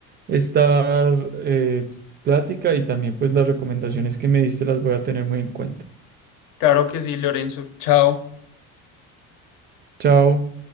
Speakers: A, on the right; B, on the left.
A: esta eh, plática y también pues las recomendaciones que me diste las voy a tener muy en cuenta.
B: Claro que sí, Lorenzo. Chao.
A: Chao.